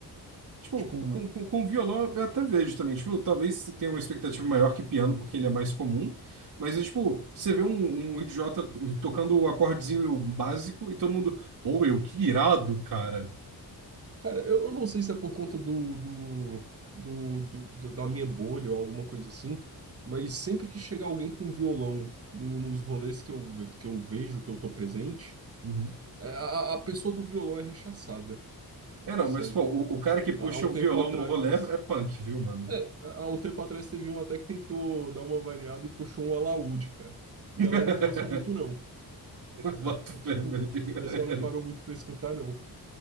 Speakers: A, on the right; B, on the right.
A: Tipo,
B: Tipo,
A: com, com, com violão eu até vejo também. Tipo, talvez tenha uma expectativa maior que piano, porque ele é mais comum. Mas, é, tipo, você vê um, um um idiota tocando o acordezinho básico e todo mundo, ou eu, que irado, cara.
B: Cara, eu, eu não sei se é por conta do, do, do, do- do- da minha bolha ou alguma coisa assim, mas sempre que chega alguém com violão no- nos rolês que eu, ve- que eu vejo, que eu tô presente,
A: Uhum.
B: é, a, a pessoa do violão é rechaçada,
A: É, não,
B: sabe?
A: mas, pô, o, o cara que puxa
B: Há, há um
A: o
B: tempo
A: violão
B: atrás.
A: no rolê é punk, viu, mano?
B: É, há há um tempo atrás teve um até que tentou dar uma variada e puxou um alaúde, cara.
A: <laughs>
B: A galera não gostou muito, não.
A: Bota
B: É,
A: fé,
B: Tipo,
A: velho.
B: o pessoal não parou muito pra escutar, não.